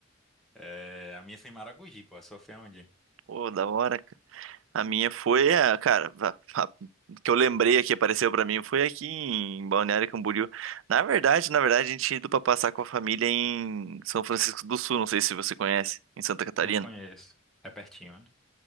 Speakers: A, in the centre; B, on the right.
A: É, a minha foi em Maragogi, pô, a sua foi onde?
B: Pô, da hora, cara. A minha foi, a, cara, a, a- que eu lembrei aqui, apareceu pra mim, foi aqui em Balneário Camboriú. Na verdade, na verdade, a gente tinha ido pra passar com a família em São Francisco do Sul, não sei se você conhece, em Santa Catarina.
A: Não conheço. É pertinho, né?